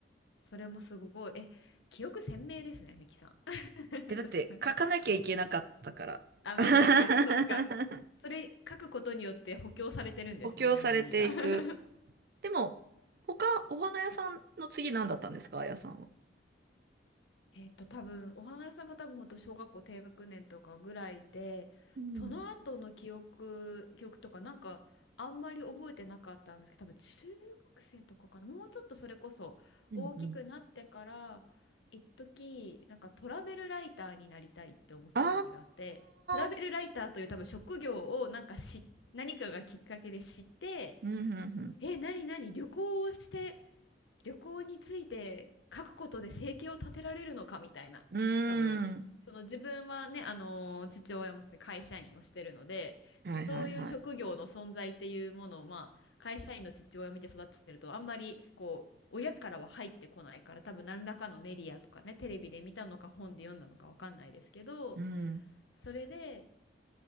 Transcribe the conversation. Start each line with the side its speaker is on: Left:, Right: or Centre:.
Left: それもすごい。え、記憶鮮明ですね、ミキさん。<laughs>
Right: え、だって書かなきゃいけなかったから。
Left: 私、なんか、あ、まあ、
Right: <laughs>
Left: そっか、そっか。それ書くことによって補強されてるんですね、
Right: 補強されていく。
Left: メモリーが。<laughs>
Right: でも、他、お花屋さんの次何だったんですか、あやさんは。
Left: えっと、多分、お花屋さんが多分本当小学校低学年とかぐらいで、
Right: うん。
Left: その後の記憶、記憶とかなんかあんまり覚えてなかったんですけど、多分中学生とかかな。もうちょっとそれこそ大きくなってから、
Right: うんうん。
Left: 一時、なんかトラベルライターになりたいって思ってた時期があって、
Right: あ
Left: トラベルライターという多分職業をなんかし、
Right: あ、
Left: 何かがきっかけで知って、
Right: うん、うん、
Left: え、何何旅行をして、旅行について書くことで生計を立てられるのかみたいな多分その自分はねあのー父親も会社員をしてるのでそういう職業の存在っていうものをまあ会社員の父親を見て育ってるとあんまりこう親からは入ってこないから多分何らかのメディアとかねテレビで見たのか本で読んだのかわかんないですけど
Right: うん。うーん。はいはいはい。うん。
Left: それで